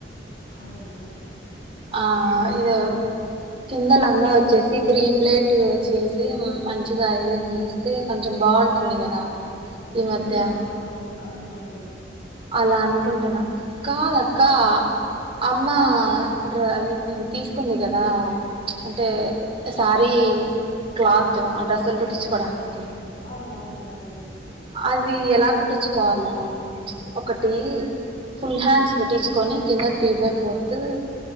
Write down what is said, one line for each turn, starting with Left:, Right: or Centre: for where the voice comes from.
Left: అవునా
Right: ఆ
Left: ఉమ్
Right: ఇది కింద లంగా వచ్చేసి ప్రీ ప్లేట్ చేసి మంచిగ ఐరన్ చేస్తే కొంచెం బాగా బాగుంటుంది కదా ఈ మధ్య
Left: ఉ అవునవును అవునవును
Right: అలా అనుకుంటున్నా కాదక్క
Left: ఆహా
Right: అమ్మ అది తీసుకుంది కదా అంటే శారీ క్లాత్ డ్రస్సులు కుట్టించుకోడానికి
Left: అవునవునవును
Right: అది ఎలా కుట్టించుకోవాలా ఒకటి ఫుల్ హ్యాండ్స్ పెట్టించుకొని కింద త్రీ బై ఫోర్త్